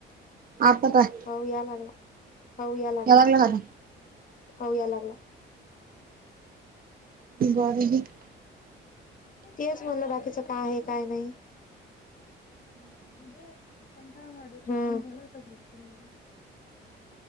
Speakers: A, on the right; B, on the left.
A: आता पाय.
B: पाऊ या लागला, पाऊ या लागला.
A: याय का आता?
B: पाऊ या लागला.
A: <unintelligible>
B: तेच म्हणलं बाकीच काय आहे काय नाही? <unintelligible> ह्म.